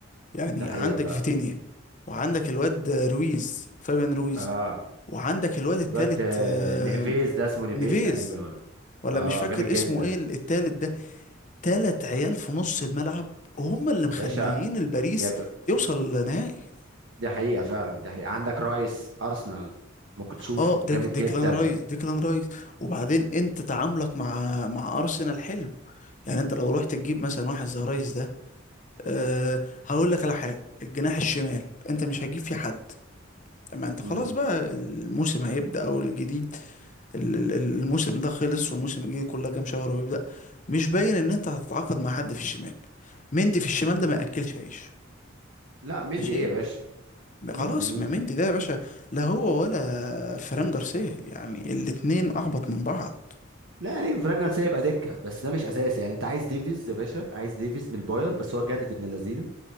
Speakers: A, on the left (about 40°); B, on the right (about 70°).
A: يعني
B: ده حقيقة
A: عندك
B: فعلا
A: فيتينيا وعندك الواد رويز فابيان رويز
B: اه
A: وعندك الواد التالت
B: الواد آه،
A: آه،
B: نيفيز ده اسمه نيفيز
A: نيفيز
B: تقريبا ولا
A: ولا
B: اه
A: مش فاكر
B: جامد جدا
A: اسمه ايه التالت ده تلات عيال في نص الملعب وهم اللي مخليين
B: يا باشا
A: الباريس
B: يا ب...
A: يوصل لنهائي
B: دي حقيقة فعلا دي حقيقة عندك رايس أرسنال ممكن تشوفه
A: اه ديك
B: جامد
A: ديكلان
B: جدا
A: رايس ديكلان رايس وبعدين انت تعاملك مع مع ارسنال حلو يعني انت لو رحت تجيب مثلا واحد زي رايس ده أه هقول لك على حاجه الجناح الشمال انت مش هتجيب فيه حد اما انت
B: مم.
A: خلاص بقى الموسم هيبدأ او الجديد ال- ال- ال- الموسم ده خلص والموسم الجديد كلها كام شهر ويبدأ مش باين ان انت هتتعاقد مع حد في الشمال مندي في الشمال ده ما ياكلش عيش
B: لا مندي
A: ماشي
B: ايه يا باشا
A: خلاص
B: مندي مين
A: ما مندي ده يا باشا لا هو ولا فران جارسيا يعني الاتنين اهبط من بعض
B: لا يعني في راجنر سايب دكة بس ده مش اساسي يعني انت عايز ديفيز يا باشا عايز ديفيز من الباير بس هو جدد ابن اللذينه